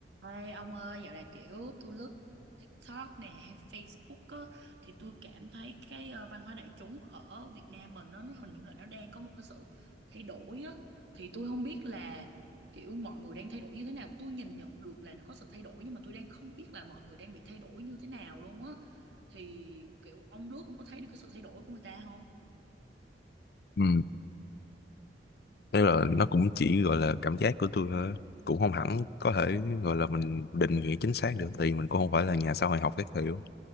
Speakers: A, on the right; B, on the left.
A: Ê ông ơi, dạo này kiểu tôi lướt TikTok nè hay Facebook á, thì tôi cảm thấy cái ờ, văn hóa đại chúng ở Việt Nam mình nó, nó hình như là nó đang có một cái sự thay đổi á. Thì tôi không biết là kiểu mọi người đang thay đổi như thế nào. Tôi nhìn nhận được là nó có sự thay đổi nhưng mà tôi đang không biết là mọi người đang bị thay đổi như thế nào luôn á. Thì kiểu ông lướt ông có thấy được cái sự thay đổi của người ta không?
B: Ừ. Thế là nó cũng chỉ gọi là cảm giác của tôi thôi cũng không hẳn có thể gọi là mình định nghĩa chính xác được thì mình cũng không phải là nhà xã hội học các kiểu